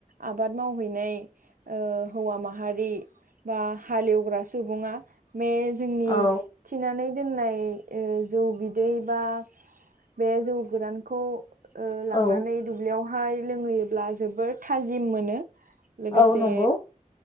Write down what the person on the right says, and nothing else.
आबाद मावहैनाय ओ हौवा माहारि बा हालेवग्रा सुबुंङा बे जोंनि
थिनानै दोननाय ओ जौ बि दै बा बे जौ गोरानखौ ओ लांनानै
दुब्लियाव हाय लोंहैयोब्ला जोबोर थाजिम मोनो लोगोसे